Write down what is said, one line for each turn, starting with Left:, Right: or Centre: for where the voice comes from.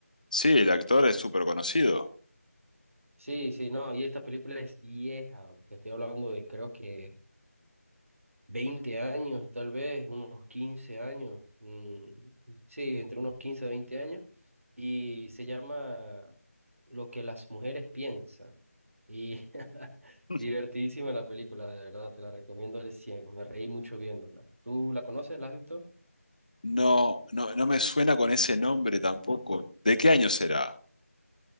Left: Sí, el actor es súper conocido.
Right: Sí, sí, no, y esta película es vieja, te estoy hablando de creo que 20 años, tal vez, unos 15 años, mm, sí, entre unos 15 a 20 años, y se llama Lo que las mujeres piensan. Y <laughs>
Left: <laughs>
Right: divertidísima la película, de verdad, te la recomiendo al cien me reí mucho viéndola. ¿Tú la conoces? ¿La has visto?
Left: No, no, no me suena con ese nombre tampoco. ¿De qué año será?